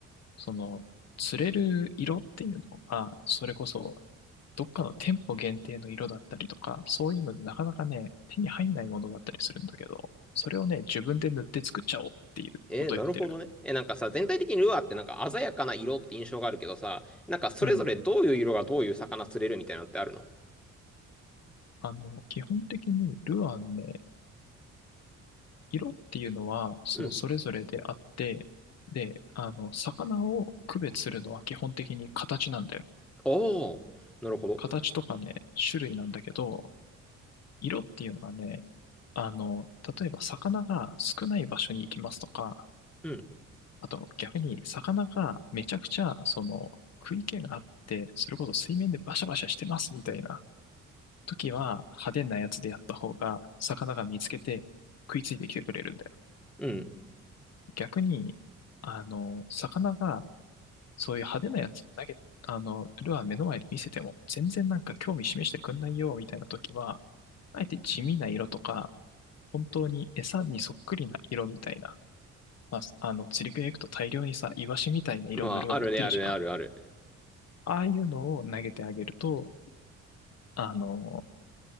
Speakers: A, on the left; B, in the centre.
A: その釣れる色っていうのが、それこそどっかの店舗限定の色だったりとか、そういうのでなかなかね、手に入んないものだったりするんだけど、それをね、自分で塗って作っちゃおうっていうことをやってる。
B: えー、なるほどね。え、なんかさ、全体的にルアーってなんか鮮やかな色って印象があるけどさ、なんかそれぞれどういう色がどういう魚釣れるみたいなのってあるの
A: うん。あの、基本的にルアンね、色っていうのは、そのそれぞれであって、
B: うん。
A: で、あの、魚を区別するのは基本的に形なんだよ。
B: おー、なるほど。
A: 形とかね、種類なんだけど、色っていうのはね、あの、例えば魚が少ない場所に行きますとか、
B: うん。
A: あと逆に魚がめちゃくちゃその食い気があって、それこそ水面でバシャバシャしてますみたいな時は派手なやつでやった方が魚が見つけて食いついてきてくれるんだよ。
B: うん。
A: 逆に、あの、魚がそういう派手なやつ投げ、あの、ルアー目の前で見せても全然なんか興味示してくんないよみたいな時は、あえて地味な色とか、本当に餌にそっくりな色みたいな、まあ、あの釣り具屋行くと大量にさ、イワシみたいな色のルアー売ってるじゃん。
B: まあ、あるね、あるね、あるある。
A: ああいうのを投げてあげると、あの、